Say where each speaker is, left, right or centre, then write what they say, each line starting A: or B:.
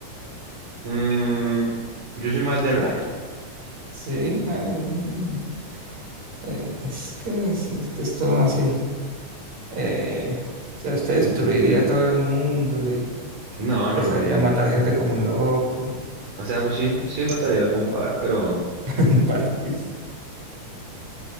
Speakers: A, on the right; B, on the right.
A: Mm, yo soy más de Light.
B: Sí, ay, eh, es que es, esto es todo así. Eh, o sea, usted destruiría
A: <laughs>
B: a todo el mundo y
A: No, no,
B: empezaría
A: no, no, no.
B: a matar gente como un loco.
A: O sea, pues sí, sí mataría algún par, pero
B: <laughs> Partirse.